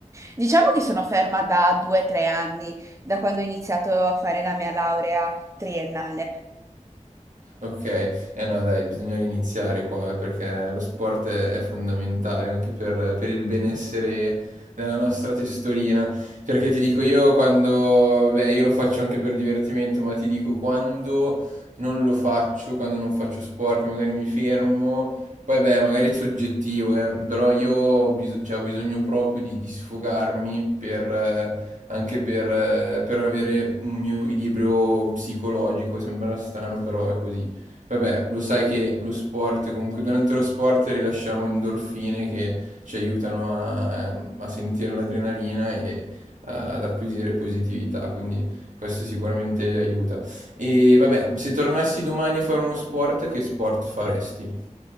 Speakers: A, on the right; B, on the right.
A: Diciamo che sono ferma da due o tre anni, da quando ho iniziato a fare la mia laurea triennale.
B: Okay. Eh no dai, bisogna riniziare qua eh, perché lo sport è è fondamentale anche per per il benessere della nostra testolina. Perché ti dico io quando vabbè, io lo faccio anche per divertimento, ma ti dico quando non lo faccio, quando non faccio sport, che magari mi fermo, poi beh, magari è soggettivo, eh, però io ho biso cioè ho bisogno proprio di di sfogarmi per eh, anche per eh, per avere un mio equilibrio psicologico. Sembra strano, però è così. Vabbè, lo sai che lo sport, comunque durante lo sport rilasciamo endorfine che ci aiutano a, a sentire l'adrenalina e eh, ad acquisire positività, quindi questo sicuramente aiuta. E vabbè, se tornassi domani a fare uno sport, che sport faresti?